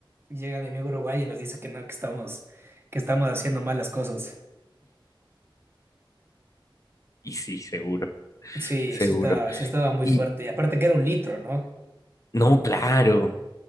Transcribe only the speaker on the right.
llega mi amigo uruguayo y nos dice que no, que estamos, que estamos haciendo malas cosas.
Sí,
sí estaba, sí estaba muy
fuerte. Y aparte que era un litro, ¿no?